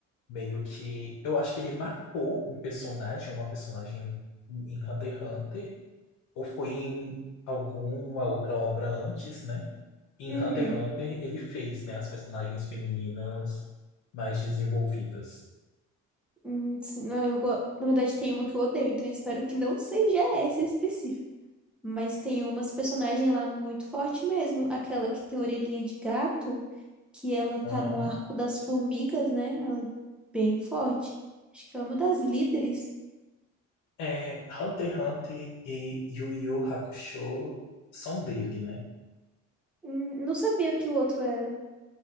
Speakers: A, on the left; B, in the centre.
A: Meio que. Eu acho que ele matou um personagem, uma personagem em Hunter x Hunter, ou foi em alguma outra obra antes, né? Em
B: Uhum.
A: Hunter x Hunter ele fez, né, as personagens femininas mais desenvolvidas.
B: Hum, sim, não, eu go... Na verdade, tem uma que eu odeio, então eu espero que não seja essa específica. Mas tem umas personagens lá muito forte mesmo. Aquela que tem orelhinha de gato. que ela tá
A: Aham.
B: no arco das formigas, né? Ela é bem forte. Acho que ela é uma das líderes.
A: É, Hunter x Hunter e Yu Yu Hakusho são dele, né?
B: Hum, Não sabia que o outro era.